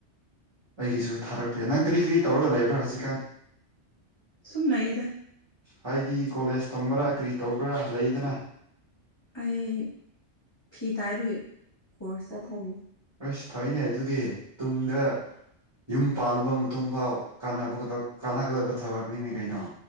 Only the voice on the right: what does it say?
ꯑꯩꯒꯤꯁꯨ ꯊꯥꯔꯛꯇꯦꯅꯪ ꯀꯔꯤ ꯀꯔꯤ ꯇꯧꯔꯒ ꯂꯩꯕ꯭ꯔꯥ ꯍꯧꯖꯤꯛꯀꯥꯟ
ꯍꯥꯏꯗꯤ ꯀꯣꯂꯦꯖ ꯇꯝꯕ꯭ꯔꯥ ꯀꯔꯤ ꯇꯧꯕ꯭ꯔꯥ ꯂꯩꯗꯅ
ꯑꯁ ꯐꯩꯅꯦ ꯑꯗꯨꯗꯤ ꯇꯨꯡꯗ ꯌꯨꯝ ꯄꯥꯜꯂꯕ ꯃꯇꯨꯡꯐꯥꯎ ꯀꯥꯟ ꯀꯥꯟꯅꯒꯗꯕ ꯊꯕꯛꯅꯤꯅꯦ ꯀꯩꯅꯣ